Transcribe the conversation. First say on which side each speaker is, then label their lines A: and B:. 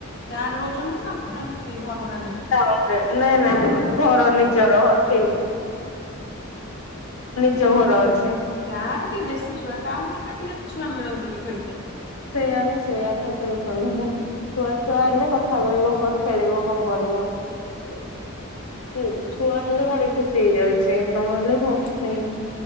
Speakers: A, on the left; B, on the left.
A: ଗାଁ ରେ ରହୁଛନ୍ତି ନା ନା ମାନେ ଏମିତି ଘର ଭଡା ନେଇ?
B: ଟାଉନ୍ ରେ, ନାଇଁ ନାଇଁ ଘର ନିଜର। ଠି, ନିଜ ଘର ଅଛି।
A: ଗାଁରେ ଟିକେ ବେଶୀ ଛୁଆ, ଟାଉନ୍ ଏରିଆରେ ଟିକେ ଛୁଆ ମିଳନ୍ତିନି ଖେଳିତେ।
B: ସେଇଆ ବ ସେଇଆ ଟୋଟାଲି ଚଳିହଉନି। ଛୁଆ ଛୁଆ ହେଲେ କଥା କହିବ କ ଖେଳିବ କଣ କରିବ। ହୁଁ, ଛୁଆ ହେଲେ ଭାରି ଖୁସି ହେଇଯାଉଛି ସିଏ, ନହେଲେ ଖ- ଏମ୍